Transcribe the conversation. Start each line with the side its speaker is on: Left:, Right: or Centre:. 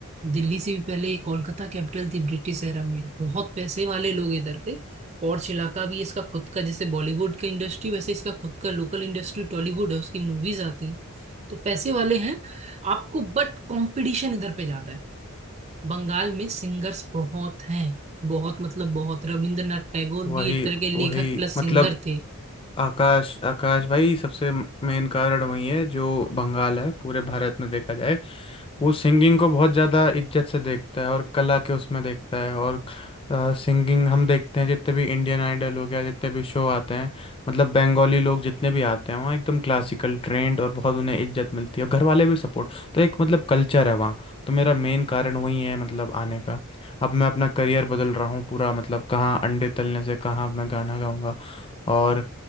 Right: दिल्ली से भी पहले ये कोलकाता कैपिटल थी ब्रिटिश एरा में बहुत पैसे वाले लोग इधर पे पॉर्च इलाका भी इसका खुद का जैसे बॉलीवुड का इंडस्ट्री वैसे इसका खुद का लोकल इंडस्ट्री टॉलीवुड है उसकी मूवीज आती हैं तो पैसे वाले हैं आपको बट कंपटीशन इधर पे ज्यादा है बंगाल में सिंगर्स बहुत हैं बहुत मतलब बहुत रविंद्रनाथ टैगोर
Left: वही
Right: भी एक तरह के
Left: वही
Right: लेखक प्लस
Left: मतलब
Right: सिंगर थे
Left: आकाश आकाश भाई सबसे मेन कारण वही है जो बंगाल है पूरे भारत में देखा जाए वो सिंगिंग को बहुत ज़्यादा इज्जत से देखता है और कला के उसमें देखता है और सिंगिंग हम देखते हैं जितने भी इंडियन आइडल हो गया जितने भी शो आते हैं मतलब बंगाली लोग जितने भी आते हैं वहाँ एकदम क्लासिकल ट्रेंड और बहुत उन्हें इज्जत मिलती है और घर वाले भी सपोर्ट तो एक मतलब कल्चर है वहाँ तो मेरा मेन कारण वही है मतलब आने का अब मैं अपना करियर बदल रहा हूँ पूरा मतलब कहाँ अंडे तलने से कहाँ मैं गाना गाऊंगा और